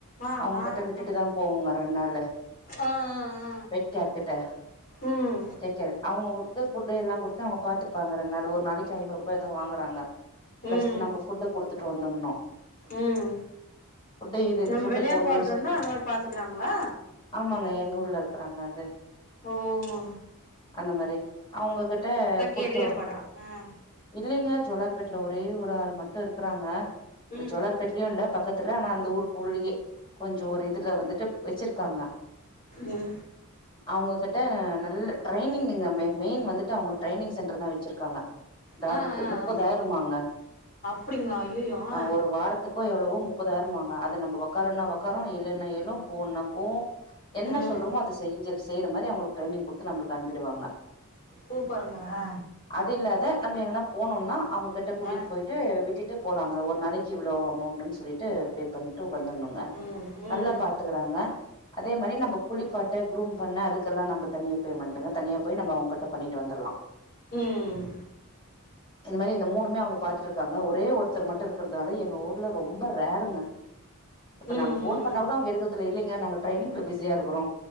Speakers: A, on the left; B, on the left.
A: ஆமா
B: அவுங்க கிட்ட விட்டுட்டுதா
A: அ
B: போவோங்க ரெண் நாளு
A: ஆ ஆ
B: பெட்கேர் கிட்ட
A: ம்
B: டேக்கேரு உங்ளுக்கு புட்டு எல்லா குடுத்து அவுங்க பாத்துப்பாங்க ரெண்டு நாளு ஒரு நாளைக்கு ஐநூறு ரூபா ஏதோ வாங்குறாங்க பிளஸ்
A: ம்
B: நம்ம ஃபுட்ட குடுத்துட்டு வந்துன்னோ
A: ம்
B: ஃபுட்டு இது இது
A: நம்ம
B: ஃபுட்டு
A: வெளிய
B: போட்ணுன்னு
A: போறதா
B: சொல்ட்டு
A: இருந்தா அந்த மாரி பாத்துக்குறாங்களா
B: ஆமாங்க எங்க ஊர்ல இருக்றாங்க அது
A: ஓ ஹ்ஓ
B: அந்த மாரி அவுங்க கிட்ட குடுத்துறோ
A: கேள்வியே பட்றே ஆ
B: இப் இல்லிங்க ஜோலார்பேட்டைல ஒரே ஒரு ஆள் மட்டு இருக்குறாங்க ஒரு
A: ம்
B: ஜோலார்பேட்டலயு இல்ல பக்கத்துல ஆனா அந்த ஊர்க்கு உள்ளயே கொஞ்சோ ஒரு இதுல வந்துட்டு வெச்சிருக்காங்க
A: ம்
B: அவ்ங்க கிட்ட நல்ல ட்ரெய்னிங்கங்க மெயின் வந்துட்டு அவேங்க ட்ரெய்னிங் சென்டர் தா வச்சிருக்காங்க டாக்குக்கு
A: ஆ ஆ
B: முப்பதாயிரமாங்க
A: ஆ அப்டிங்களா ஐயையோ
B: அங்க
A: ஆ
B: ஒரு வாரத்துக்கோ எவ்வளவோ முப்பதாயிரமாங்க அது நம்ம வக் காருண வக்காரு எழுன எழு போன போவு என்ன
A: ம்
B: சொல்றோமோ அத செஞ்சிருக் செய்ற மாரி அவங்களுக்கு ட்ரெய்னிங் குடுத்து நம்மளுக்கு அனுப்பிடுவாங்க
A: சூப்பருங்க ஆ
B: அது இல்லாத நம்ம எங்கனாப் போனோன்னா அவ்ங்க கிட்ட கூட்டிட்டு
A: ஆ
B: போயிட்டு விட்டுட்டு போலாங்கஸஒரு நாளைக்கு இவ்ளோ அமௌண்ட்டுன்னு சொ சொல்லிட்டு பே பண்ணிட்டு வந்துணுங்க
A: ம்
B: நல்லா
A: ம்
B: பாத்துக்கறாங்க அதே மாரி நம்ம குளிப்பாட்ட குரூம் பண்ண அதுக்கெல்லா நம்ம தனிய பேமெண்ட்டுங்க தனியா போய் நம்ம அவ்ங்கட்ட பண்ணிட்டு வந்துல்லா
A: ம்
B: இந்த மாரி இந்த மூணுமே அவுங்க பாத்துட்டு இருக்காங்க ஒரே ஒருத்தர் மட்டு இருக்கிறதுனால எங்க ஊர்ல ரொம்ப ரேருங்க இப்ப
A: ம்
B: நாங்க போன்
A: ம்
B: பண்ணா கூட அவுங்க எடுக்கர்த்துல்ல இல்லிங்க நா ட்ரெய்னிங்ல பிஸியா இருக்குறோ